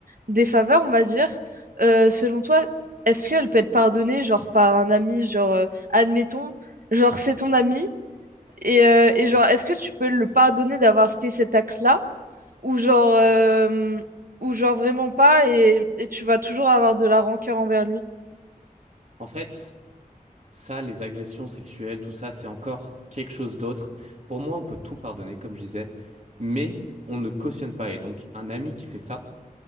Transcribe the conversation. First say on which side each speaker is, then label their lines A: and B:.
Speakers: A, on the right; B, on the right.
A: des faveurs, on va dire, euh, selon toi, est-ce qu'elle peut être pardonnée, genre par un ami, genre, euh, admettons, genre c'est ton ami, et, euh, et genre, est-ce que tu peux le pardonner d'avoir fait cet acte-là, ou genre, euh, ou genre vraiment pas, et, et tu vas toujours avoir de la rancœur envers lui?
B: En fait, ça, les agressions sexuelles, tout ça, c'est encore quelque chose d'autre. Pour moi, on peut tout pardonner, comme je disais, mais on ne cautionne pas. Et donc, un ami qui fait ça,